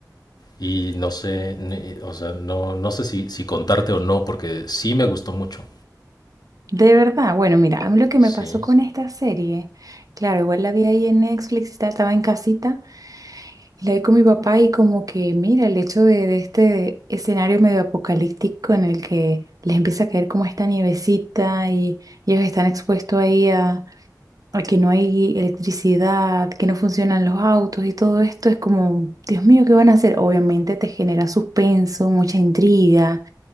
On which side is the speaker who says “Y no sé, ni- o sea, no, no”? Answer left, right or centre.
Left